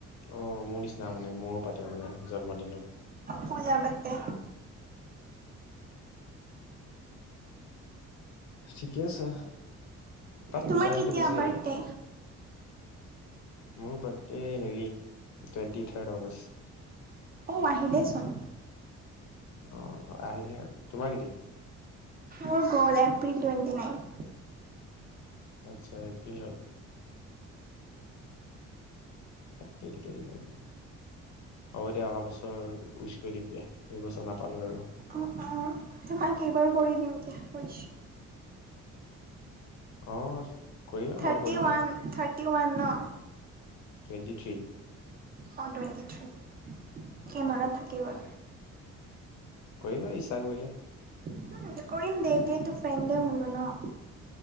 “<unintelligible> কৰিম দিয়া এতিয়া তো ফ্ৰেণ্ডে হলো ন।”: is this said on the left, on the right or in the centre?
Right